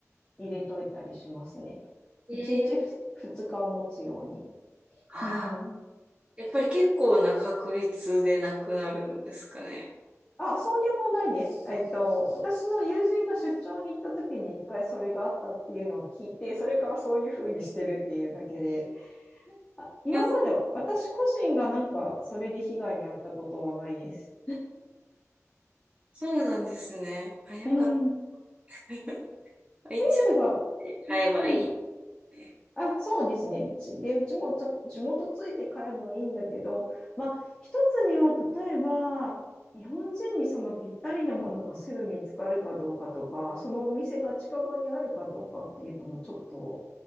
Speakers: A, on the left; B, on the right.
A: 入れといたりしますね。
B: えー、
A: 1日2日は持つように。
B: あ
A: うん。
B: ーやっぱり結構な確率でなくなるんですかね。
A: あ、そうでもないです。えっと、私の友人が出張に行った時に一回それがあったっていうのを聞いて、それからそういうふうにしてるっていうだけで、あ、今まで私個人がなんかそれで被害に遭ったことはないです。
B: あ、そうなんですね。あ、よかった。
A: うん、スイ
B: <laughs> 一応
A: スが、
B: ね買えばいい
A: ううん、
B: ね。
A: あ、そうですね。ち、で、うちもちょ、地元ついて買えばいいんだけど、まあ、一つには、例えば、日本人にそのぴったりなものがすぐ見つかるかどうかとか、そのお店が近場にあるかどうかっていうのもちょっと、